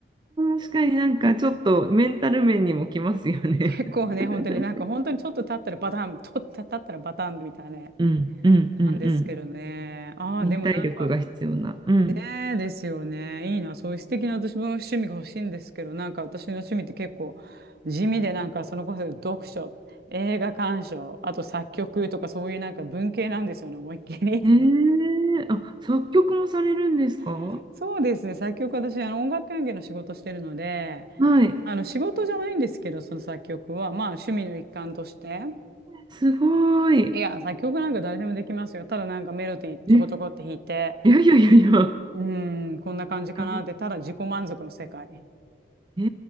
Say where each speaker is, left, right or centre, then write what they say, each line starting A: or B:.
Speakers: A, on the right; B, on the right.
A: 確かになんかちょっとメンタル面にもきますよね。
B: 結構ね、
A: <laughs>
B: 本当になんか本当にちょっと立ったらバタン、と立ったらバタンみたいなね。
A: うんうんうんうん。
B: なんですけどね。ああ、
A: 忍耐力が必要な。
B: でもなんか、
A: うん。
B: ねえですよね。いいな。そういう素敵な私も趣味が欲しいんですけど、なんか私の趣味って結構地味で、なんかそのこそ読書、映画鑑賞、あと作曲とかそういうなんか文系なんですよね、思いっきり。
A: ええあ、作曲もされるんですか
B: <laughs> そうですね。作曲私、あの音楽関係の仕事してるので、
A: はい。
B: あの仕事じゃないんですけど、その作曲は、まあ趣味の一環として。
A: すごい。
B: いや、作曲なんか誰でもできますよ。ただなんかメロディーちょこちょこって弾いて、
A: え、いやいやいやいや。
B: うーん、こんな感じかなって、
A: 誰
B: ただ自己満足の世界。
A: えー